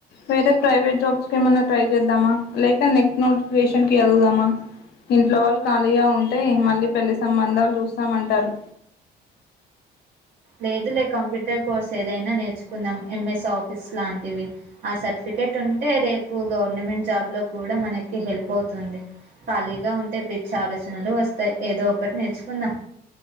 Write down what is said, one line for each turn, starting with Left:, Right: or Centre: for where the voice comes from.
Left: వేరే ప్రైవేట్ జాబ్స్ క ఏమన్నా ట్రై చేద్దామా లేక నెక్ట్ నోటిఫికేషన్ వెళదామా. ఇంట్లో వాళ్ళు ఖాళీగా ఉంటే, మళ్ళీ పెళ్లి సంబంధాలు చూస్తాం అంటారు.
Right: లేదు లే కంప్యూటర్ కోర్స్ ఏదైనా నేర్చుకుందాం. ఎం ఎస్ ఆఫీస్ లాంటివి ఆ సర్టిఫికెట్ ఉంటే, రేపు గవర్నమెంట్ జాబ్లో కూడా మనకి హెల్ప్ అవుతుంది. ఖాళీగా ఉంటే పిచ్చే ఆలోచనలు వస్తాయి. ఏదో ఒకటి నేర్చుకుందాం.